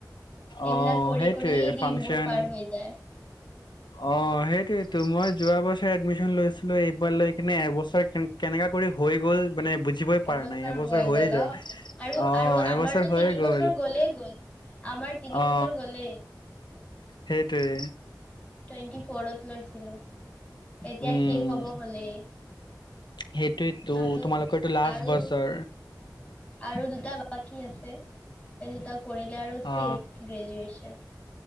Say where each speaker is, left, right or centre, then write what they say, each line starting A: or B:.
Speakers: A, on the left; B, on the left.
A: এইবিলাক
B: অ
A: কৰি
B: সেইটোৱে
A: কৰি দিনবোৰ
B: ফাংচন
A: পাৰ হৈ যায়
B: অ সেইটোো মই যোৱা বছৰ এডমিশন লৈছিলো এইবাৰ লৈ কিনে এবছৰ কে কেনেকাা কৰি হৈ গ'ল মানে বুজিবই পৰা
A: এবছৰ
B: নাই
A: হৈ
B: হৈয়ে
A: গ'ল
B: যাও
A: অ আৰু
B: অ
A: আৰু
B: এবছৰ
A: আমাৰতো
B: হৈয়ে
A: তিন
B: গ'ল
A: বছৰ গলেই গ'ল আমাৰ তিন
B: অ
A: বছৰ গলেই
B: সেইটোৱে
A: টুৱেণ্টি ফ'ৰত লৈছিলোঁ এতিয়া
B: উম
A: শেষ হ'ব হ'লেই
B: সেইটোয়েইতো
A: আৰু
B: তোমালোকৰো লাজষ্ট
A: আৰু
B: পাঁচ বছৰ
A: আৰু দুটা বাকী আছে এই দুটা কৰিলে আৰু চ
B: অ
A: গ্ৰেজুৱেচন